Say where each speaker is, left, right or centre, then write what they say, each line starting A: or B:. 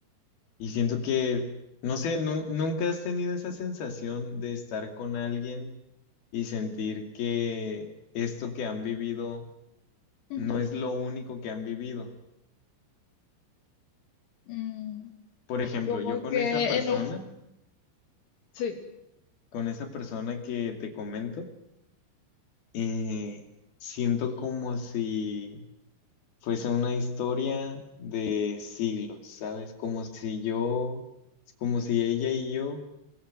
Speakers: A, on the left (about 55°); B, on the left (about 70°).
A: y siento que, no sé, nu- nunca has tenido esa sensación de estar con alguien y sentir que esto que han vivido
B: Ujú.
A: no es lo único que han vivido
B: Mm,
A: Por ejemplo,
B: como
A: yo con
B: que
A: esa persona,
B: en un... Sí,
A: con esa persona que te comento, eh, siento como si fuese una historia de siglos, ¿sabes? Como si yo, como si ella y yo